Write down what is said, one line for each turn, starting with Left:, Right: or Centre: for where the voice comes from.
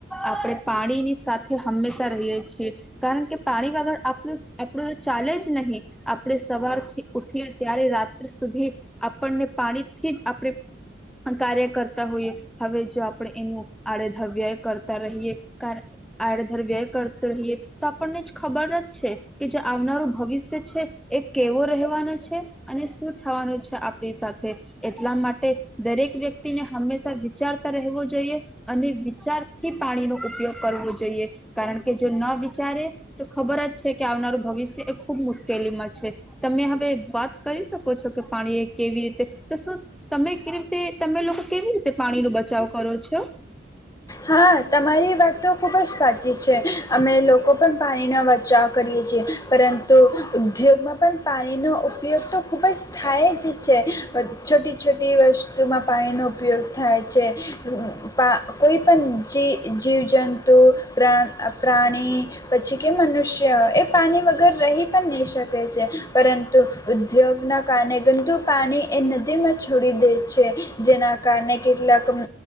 Centre: આપણે પાણીની સાથે હંમેશા રહીએ છીએ કારણ કે પાણી વગર આપું આપણું તો ચાલે જ નહીં. આ આપડે સવાર ઉઠીએ ત્યારે રાત્ર સુધી આપણને પાણીથી જ આપણે કાર્ય કરતા હોઈએ. હવે જો આપણે એનું આડેધર વ્યય કરતા રહીએ આડેધર વ્યય કરતો રહીએ તો આપણને જ ખબર જ છે કે જે આવનારું ભવિષ્ય છે એ કેવો રહેવાનો છે અને શું થવાનું છે આપણી સાથે. એટલા માટે દરેક વ્યક્તિને હંમેશા વિચારતા રહેવું જોઈએ અને વિચારથી પાણીનો ઉપયોગ કરવો જોઈએ કારણ કે જો ન વિચારે તો ખબર જ છે કે આવનારું ભવિષ્ય એ ખુબ મુશ્કેલી માં છે. તમે હવે વાત કરી શકો છો કે પાણી કેવી રીતે તો શું તમે કેવી રીતે તમે લોકો કેવી રીતે પાણી નો બચાવ કરો છો?
Left: હા તમારી વાત તો ખૂબ જ સાચી છે અમે લોકો પણ પાણીનો બચાવ કરીએ છીએ પરંતુ ઉદ્યોગમાં પણ પાણીનો ઉપયોગ તો ખૂબ જ થાય જ છે છોટી છોટી વસ્તુમાં પાણીનો ઉપયોગ થાય છે. પા કોઈ પણ જી જીવજંતુ પ્રા પ્રાણી પછી કે મનુષ્ય એ પાણી વગર રહી પણ નહીં શકે છે પરંતુ ઉદ્યોગના કારણે ગંદુ પાણી એ નદીમાં છોડી દે છે જેના કારણે કેટલાક